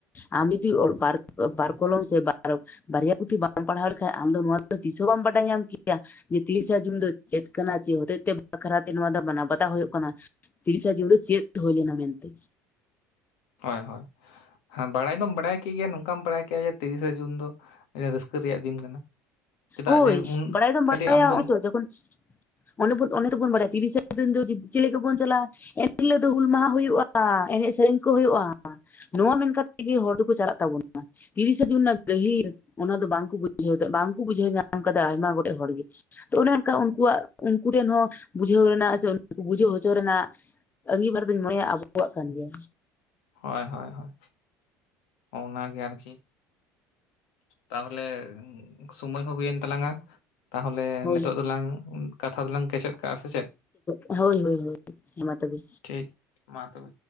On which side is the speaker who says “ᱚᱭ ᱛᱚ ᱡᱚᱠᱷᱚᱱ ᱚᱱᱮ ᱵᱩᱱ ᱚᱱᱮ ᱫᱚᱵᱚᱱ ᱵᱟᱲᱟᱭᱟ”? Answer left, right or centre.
Left